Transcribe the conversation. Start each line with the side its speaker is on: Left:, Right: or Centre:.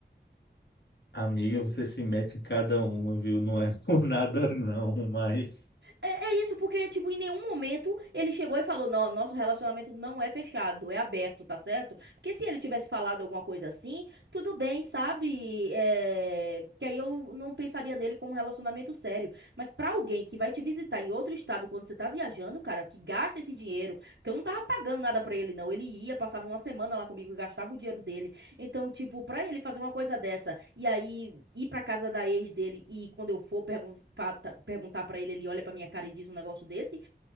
Left: Amiga, você se mete em cada uma, viu? Não é <laughs> por nada não, mas
Right: É, é isso, porque, tipo, em nenhum momento ele chegou e falou: Não, nosso relacionamento não é fechado, é aberto, tá certo? Porque se ele tivesse falado alguma coisa assim, tudo bem, sabe? É... Que aí eu não pensaria nele como um relacionamento sério. Mas pra alguém que vai te visitar em outro estado quando você tá viajando, cara, que gasta esse dinheiro, que eu não tava pagando nada pra ele, não. Ele ia, passava uma semana lá comigo, gastava o dinheiro dele. Então, tipo, pra ele fazer uma coisa dessa e aí ir pra casa da ex dele e quando eu for pergun pa- ta- perguntar pra ele, ele olha pra minha cara e diz um negócio desse,